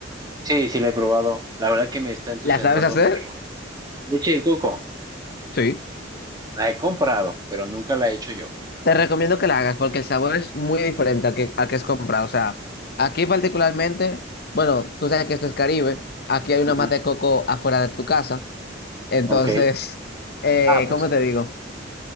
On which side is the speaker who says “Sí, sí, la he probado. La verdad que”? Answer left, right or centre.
Right